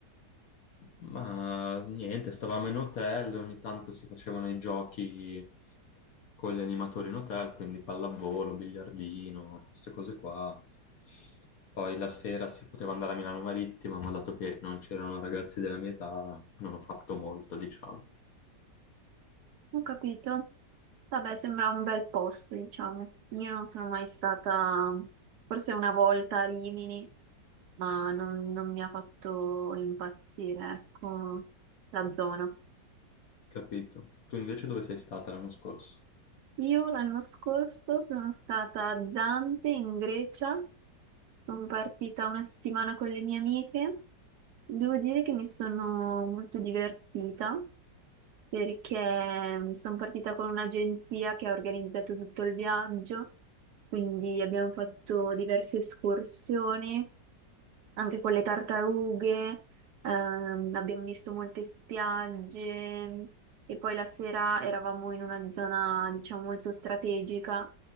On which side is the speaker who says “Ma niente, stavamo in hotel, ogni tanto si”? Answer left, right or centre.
Left